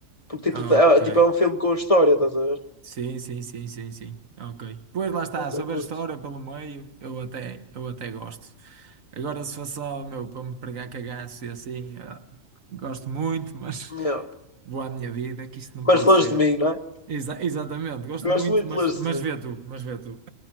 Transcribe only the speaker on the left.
Porque
tipo, é, tipo, é um filme com história, estás a ver?
Pronto,
eu curto.
Yeah.
Mas
longe
de mim, não é?
Gosto
muito
de longe
de mim.